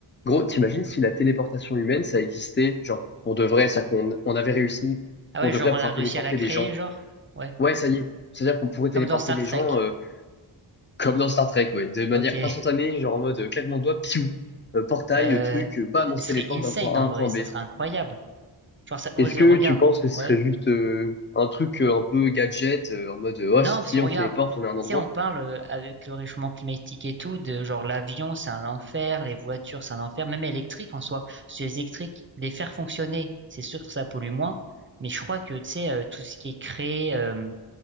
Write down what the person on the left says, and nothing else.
Gros, t'imagines si la téléportation humaine, ça existait, genre, pour de vrai, ça qu'on on avait réussi,
pour
de
vrai, à
pouvoir
téléporter
des gens.
Ouais, ça y est. C'est-à-dire qu'on pourrait téléporter
des
gens euh, comme dans Star Trek, ouais, de manière
instantanée, genre en mode euh, claquement de doigts, piou, Euh, portail,
euh, truc, euh, bam, on
se
téléporte
d'un point A
à un
point
B.
Est-ce que
tu penses que ce
serait juste euh, un truc euh, un peu gadget, euh, en mode, euh,
oh, si,
si,
on se téléporte, on est à un endroit?